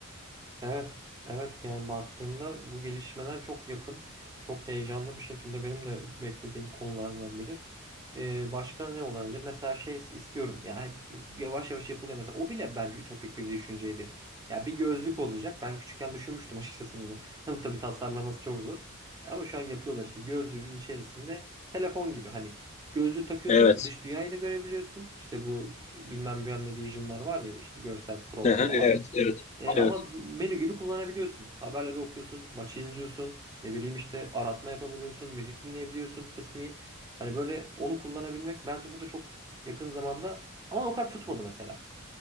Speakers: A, on the right (about 15°); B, on the left (about 30°).
A: Evet, evet yani baktığımda bu gelişmeler çok yakın, çok heyecanlı bir şekilde benim de beklediğim konulardan biri. Ee, başka ne olabilir? Mesela şey istiyorum. Ya hep yavaş yavaş yapılıyor mesela. O bile bence ütopik bir düşünceydi. Ya bir gözlük olacak. Ben küçükken düşünmüştüm açıkçası bunu. <laughs> Ama tabii tasarlaması çok zor. E, Ama şu an yapıyorlar işte. Gözlüğün içerisinde telefon gibi hani gözlüğü takıyorsun,
B: Evet.
A: dış dünyayı da görebiliyorsun. İşte bu bilmem bilmem ne vision'lar var ya işte görsel prolar
B: Aha,
A: falan.
B: Evet, evet,
A: E, ama
B: evet.
A: menü gibi kullanabiliyorsun. Haberleri okuyorsun, maçı izliyorsun, ne bileyim işte aratma yapabiliyorsun, müzik dinleyebiliyorsun kısmi. Hani böyle onu kullanabilmek bence bu da çok yakın zamanda ama o kadar tutmadı mesela.